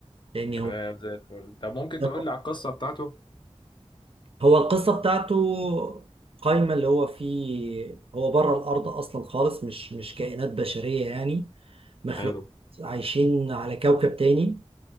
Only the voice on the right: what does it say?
لأن
هو
<laughs>
هو القصة بتاعته قايمة اللي هو فيه هو بره الأرض أصلا خالص مش مش كائنات بشرية يعني مخلوق
عايشين على كوكب تاني